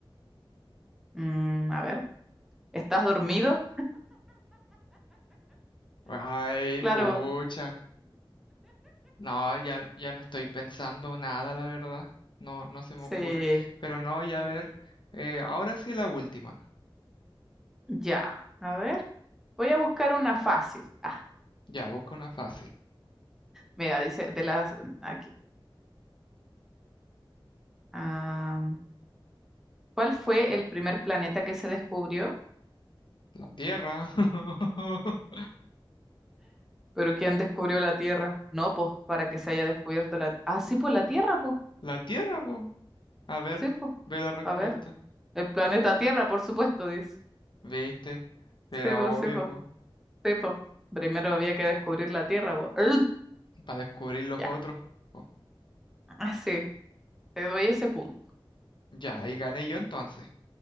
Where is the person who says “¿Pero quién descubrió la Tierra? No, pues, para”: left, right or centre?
Centre